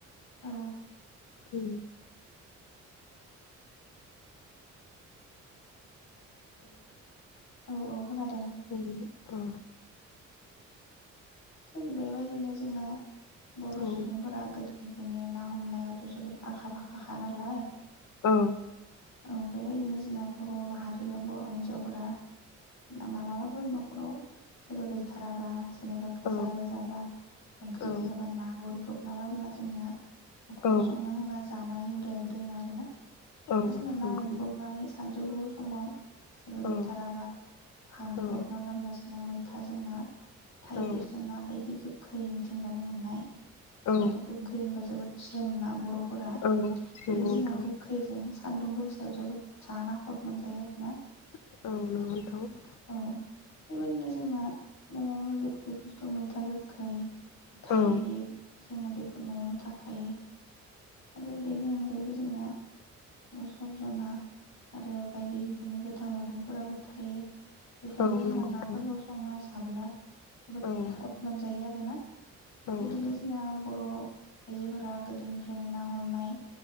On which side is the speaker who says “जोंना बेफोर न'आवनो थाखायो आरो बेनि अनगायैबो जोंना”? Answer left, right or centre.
Left